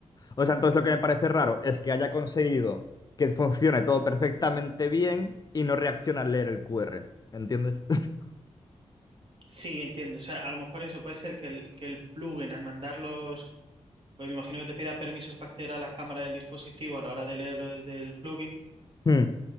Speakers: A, on the left; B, on the right.
A: O sea, entonces lo que me parece raro es que haya conseguido que funcione todo perfectamente bien y no reacciona al leer el QR, ¿entiendes? <laughs>
B: Sí, entiendo. O sea, a lo mejor eso puede ser que el, que el plugin al mandarlos, pues me imagino que te pida permisos para acceder a la cámara del dispositivo a la hora de leerlo desde el plugin.
A: Hmm.